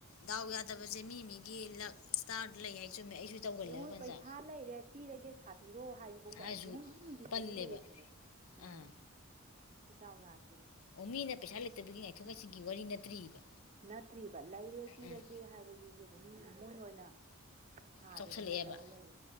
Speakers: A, on the left; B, on the right.
A: ꯗꯥꯎ ꯌꯥꯗꯕꯁꯦ ꯃꯤ ꯃꯤꯒꯤ ꯂꯛ ꯁꯇꯥꯔꯗ ꯂꯩ ꯆꯨꯝꯃꯦ ꯑꯩꯁꯨ ꯇꯧꯒꯜꯂꯦꯕ
B: ꯌꯦꯡꯉꯣ
A: ꯄꯟꯖꯥ
B: ꯄꯩꯁꯥ ꯂꯩꯔꯦ ꯄꯤꯔꯒꯦ ꯁꯥꯕꯤꯔꯑꯣ ꯍꯥꯏꯁꯤꯐꯧꯗ
A: ꯑꯩꯁꯨ
B: ꯑꯗꯨꯝ ꯗꯤꯔꯦꯗ
A: ꯄꯜꯂꯦꯕ
B: ꯂꯩꯔꯤꯅꯦꯕꯁꯦ ꯎꯝ
A: ꯑꯥ
B: ꯁꯤ ꯗ <unintelligible>
A: ꯑꯣ ꯃꯤꯅ ꯄꯩꯁꯥ ꯂꯩꯇꯕꯒꯤ ꯉꯥꯏꯊꯣꯛ ꯉꯥꯏꯁꯤꯟꯒꯤ ꯋꯥꯔꯤ ꯅꯠꯇ꯭ꯔꯤꯕ
B: ꯅꯠꯇ꯭ꯔꯤꯕ ꯂꯩꯔꯦ ꯄꯤꯔꯒꯦ
A: ꯑꯥ
B: ꯍꯥꯏꯕꯁꯤꯁꯨ ꯑꯗꯨꯝ ꯃꯣꯏꯅ ꯑꯣꯏꯅ ꯁꯥꯗꯗꯅ
A: ꯆꯥꯎꯁꯜꯂꯛꯑꯦꯕ
B: ꯇꯧ ꯂꯩꯔꯦ